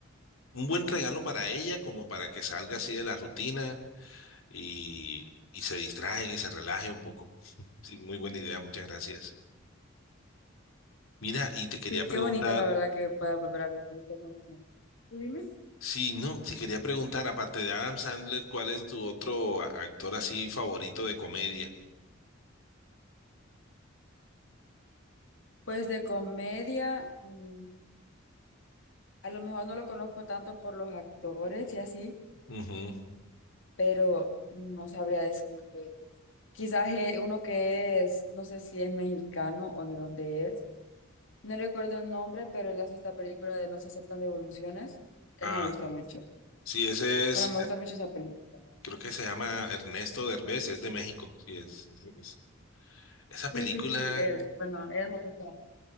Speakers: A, on the left (about 80°); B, on the left (about 65°).
A: un buen regalo para ella, como para que salga así de la rutina y, y se distraiga y se relaje un poco. Sí, muy buena idea, muchas gracias. Mira, y te quería
B: Sí, qué
A: preguntar,
B: bonito la verdad que pueda volver a ver. esto con- ¿Tú dime?
A: sí, no, te quería preguntar, aparte de Adam Sandler, ¿cuál es tu otro a- actor así favorito de comedia?
B: Pues de comedia, mm, a lo mejor no lo conozco tanto por los actores y así,
A: Ujú.
B: pero no sabría decirte. Quizás eh, uno que es, no sé si es mexicano o de dónde es. No recuerdo el nombre, pero él hace esta película de No se aceptan devoluciones. Él
A: Ah,
B: me gusta mucho.
A: sí, ese es,
B: Bueno, me
A: Er-
B: gusta mucho esa película.
A: creo que se llama Ernesto Derbez, es de México. Sí, es, es- es- esa película,
B: Sí, sí, sí, él, bueno, él me gusta.